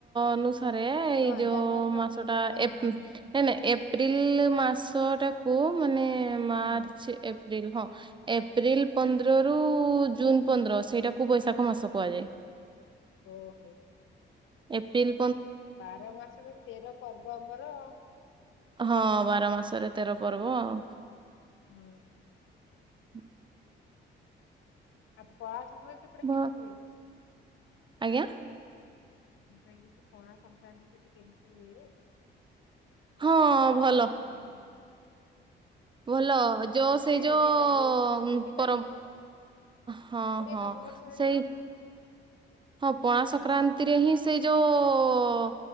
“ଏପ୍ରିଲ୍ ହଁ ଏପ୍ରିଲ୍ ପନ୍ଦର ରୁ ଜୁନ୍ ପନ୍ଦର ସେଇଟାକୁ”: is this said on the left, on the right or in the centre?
Right